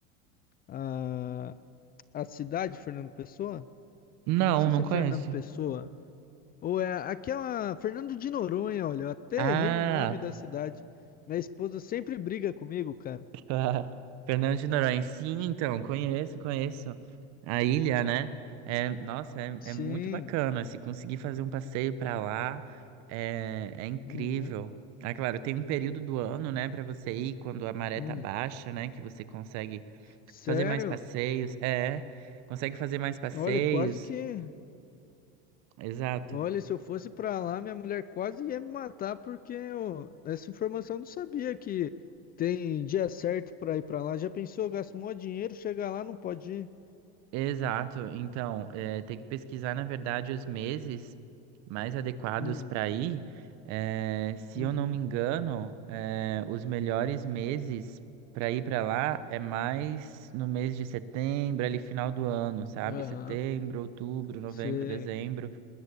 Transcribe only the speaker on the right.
Não,
não
conheço.
Ah,
Claro. Fernando de Noronha. Sim, então, conheço, conheço. A ilha, né? É, nossa, é,
é muito bacana. Se conseguir fazer um passeio pra lá, é, é incrível.
Ah, claro, tem um período do ano, né, Pra você ir quando a maré
tá baixa, né, que você consegue
fazer mais passeios. É, consegue fazer mais passeios.
Exato.
Exato. Então, eh, tem que pesquisar, na verdade, os meses mais adequados
para ir. Eh, se
eu não me engano, eh, os melhores meses para ir para lá é mais no mês de setembro, ali final do ano, sabe?
Setembro, outubro, novembro,
dezembro